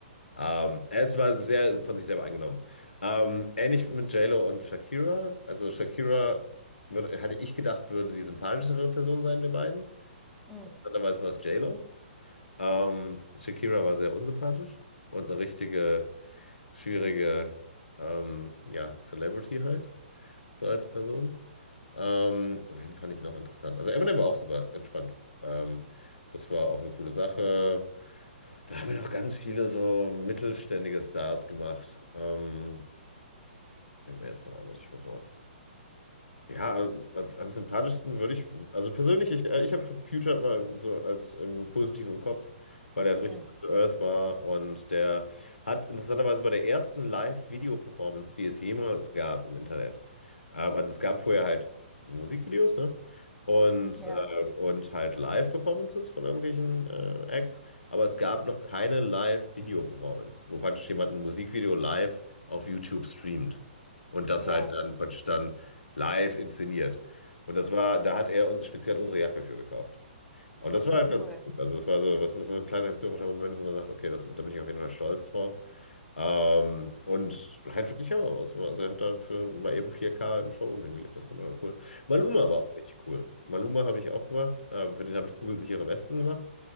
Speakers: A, on the left; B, in the centre.
A: Ähm, es war sehr von sich selber eingenommen. Ähm, ähnlich mit J Lo und Shakira. Also Shakira würde, hatte ich gedacht, würde die sympathischere Person sein der beiden.
B: Mm,
A: Interessanterweise war es JLo. Ähm, Shakira war sehr unsympathisch und eine richtige, schwierige ähm, ja, Celebrity halt, so als Person. Ähm, wen fand ich noch interessant? Also Eminem war auch super entspannt. Ähm, das war auch eine coole Sache. Da haben wir noch ganz viele so mittelständige Stars gemacht. Ähm, fällt mir jetzt noch ein, was ich was mache. Ja, als, am sympathischsten würde ich, also persönlich, ich, äh, ich habe Future mal so als ähm, positiv im Kopf, weil der richtig
B: mm,
A: down to Earth war und der hat interessanterweise bei der ersten Live-Video-Performance, die es jemals gab im Internet, ähm, also es gab vorher halt Musikvideos, ne? Und,
B: ja.
A: äh, und halt Live-Performances von irgendwelchen äh, Acts, aber es gab noch keine Live-Video-Performance, wo praktisch jemand ein Musikvideo live auf YouTube streamt und das
B: Ja.
A: halt dann praktisch dann live inszeniert. Und das war, da hat er uns speziell unsere Jacke für gekauft. Und das
B: Okay,
A: war halt
B: cool.
A: ganz gut. Also es war so, was ist so ein kleiner historischer Moment, wo man sagt, okay, das, da bin ich auf jeden Fall stolz drauf. Ähm, und halt wirklich, ja, also also er hat da für mal eben vier k im Showroom hingelegt, das fand ich halt cool. Maluma war auch richtig cool. Maluma habe ich auch gemacht, ähm, für den habe ich kugelsichere Westen gemacht,